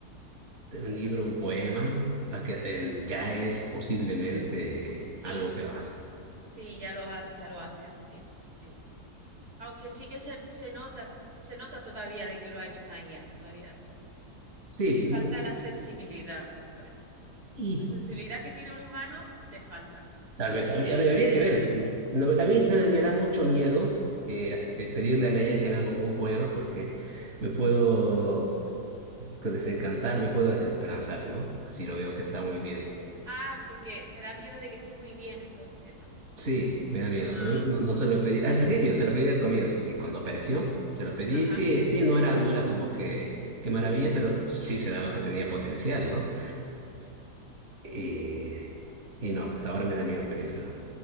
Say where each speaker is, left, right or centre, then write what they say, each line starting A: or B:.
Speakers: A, on the right; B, on the right.
A: un libro, un poema, va que, eh, ya es posiblemente
B: Sí,
A: algo que lo hace.
B: sí, ya lo, ha- ya lo hacen, sí, sí. Aunque sí que se, se nota, se nota todavía de que lo ha hecho una IA, todavía s-
A: Sí,
B: le falta
A: mm,
B: la sensibilidad, ¿sabes?
A: y
B: La sensibilidad que tiene un humano le falta.
A: tal vez habría, habría, habría que ver. No, a mí se me, me da mucho miedo eh, as- eh, pedirle a Leia que me haga un poema porque me puedo pues, desencantar, me puedo desesperanzar, ¿no? Si lo veo que está muy bien.
B: Ah, porque te da miedo de que esté muy bien entonces, ¿no?
A: Sí, me da miedo.
B: Ah,
A: Todavía No, no se lo pedí.
B: vale.
A: Al principio se lo pedí al comienzo, sí, cuando apareció, se lo pedí.
B: Ajá.
A: Sí, sí, no era, no era como que qué maravilla, pero sí se daba que tenía potencial, ¿no?
B: ujú.
A: Y, y no, pues ahora me da miedo pedírselo.